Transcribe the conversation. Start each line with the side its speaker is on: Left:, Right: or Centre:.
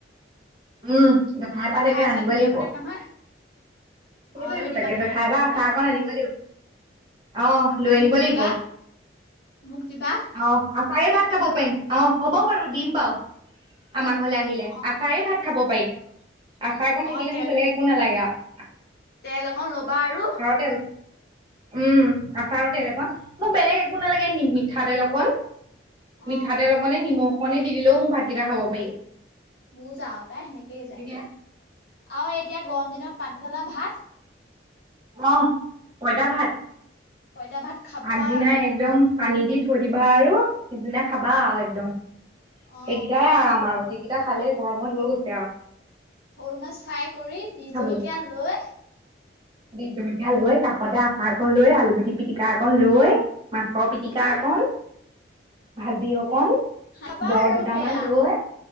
Right: উম। জেঠাইৰ
Left: জেঠাই
Right: পৰা তাকে
Left: আচাৰ
Right: আনিবই
Left: ধুনীয়া
Right: লাগিব।
Left: বনাই নহয়
Right: সেইটো
Left: অ', লৈ
Right: এইটো
Left: আনিবা
Right: তাকে
Left: টেমাই
Right: জেঠাইৰ
Left: টেমাই
Right: পা
Left: ভৰাই
Right: আছা অকণ আনিব লাগিব। অহ লৈ আনিব
Left: মোক দিবা
Right: লাগিব,
Left: মোক দিবা
Right: অহ। আচাৰে ভাত খাব পাৰিম। অহ, হ'ব বাৰু দিম বাৰু আমাৰ ঘৰলে আহিলে,
Left: অ',
Right: আচাৰে ভাত খাব পাৰি। আচাৰ কন
Left: অ',
Right: থাকিলে
Left: তেল
Right: মোক বেলেগ একো নালাগে আও।
Left: তেল অকন ল'বা আৰু
Right: তেল উম আচাৰৰ তেল একণ, মোক বেলেগ একো নেলাগে। মিঠাতেল অকণ
Left: অ',
Right: মিঠাতেল অকণে, নিমখ কণে দি দিলেও মো ভাতকিটা খাব পাৰি।
Left: মৌ যাওঁ, তাই হেনেকেই যাই।
Right: এতিয়া
Left: আও এতিয়া গৰম দিনত পানী ধলা ভাত।
Right: আহ পঁইতাভাত।
Left: পইতা ভাত খাবা
Right: আগদিনাই
Left: আৰু
Right: একদম পানী দি থৈ দিবা আৰু পিছদিনা খাবা আও একদম।
Left: অ
Right: সেইকেইটাই আৰাম আৰু সেই কেইটা খালে গৰমত হৈ গৈছে আৱ।
Left: সৰু মাছ ফ্ৰাই কৰি বি জলকীয়া
Right: লাগিব
Left: লৈ
Right: বিহ জলকীয়া লৈ কাষতে আচাৰ কণ লৈ, আলু পিটি পিটিকা একণ লৈ মাছৰ পিটিকা
Left: উম
Right: অকণ, ভাজি অকণ
Left: খাবা
Right: বৰ
Left: আৰু
Right: দুটামান
Left: সেয়া
Right: লৈ